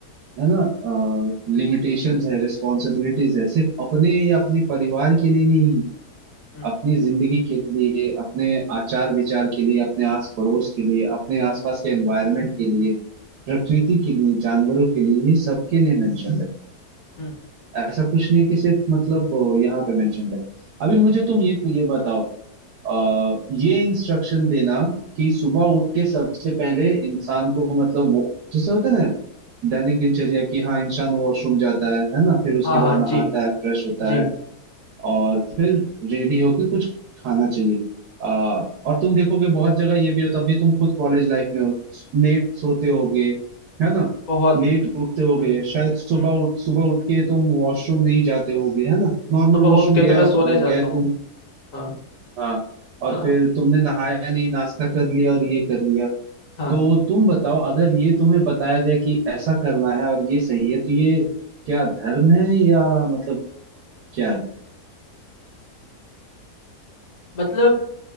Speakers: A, on the right (about 85°); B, on the left (about 65°).
A: है ना लिमिटेशंस है रिस्पॉन्सिबिलिटीज है सिर्फ अपने या अपने परिवार के लिए नहीं
B: हम्म
A: अपनी जिंदगी के लिए अपने आचार विचार के लिए अपने आस पड़ोस के लिए अपने आसपास के एनवायरनमेंट के लिए प्रकृति के लिए जानवरों के लिए ये सबके लिए मेंशनड है
B: हम्म
A: ऐसा कुछ नहीं है कि सिर्फ मतलब अ, यहाँ पे मेंशनड है अभी मुझे तुम ये ये बताओ अ, ये इंस्ट्रक्शन देना कि सुबह उठ के सबसे पहले इंसान को मतलब वो जैसे होता है ना दैनिक दिनचर्या की हाँ इंसान वॉशरूम जाता है है ना फिर उसके
B: हाँ
A: बाद
B: हाँ जी
A: नहाता है फ्रेश होता
B: जी
A: है और फिर रेडी होके कुछ खाना चाहिए आ, और तुम देखोगे बहुत जगह ये भी होता अभी तुम खुद कॉलेज लाइफ में हो लेट सोते होगे है ना
B: बहुत
A: लेट उठते होगे
B: हम्म
A: शायद सुबह
B: हम्म
A: उठ सुबह उठ के तुम वॉशरूम नहीं जाते होगे है ना नॉर्मल
B: सुबह
A: वॉशरूम
B: उठ के
A: गया
B: तो मैं सोने जाता
A: गए
B: हूँ
A: तुम
B: हाँ
A: हाँ और
B: हाँ हाँ
A: फिर तुमने नहाया नहीं नाश्ता कर लिया और ये कर लिया
B: हाँ।
A: तो तुम बताओ अगर ये तुम्हें बताया जाए कि ऐसा करना है और ये सही है तो ये क्या धर्म है या मतलब क्या है
B: मतलब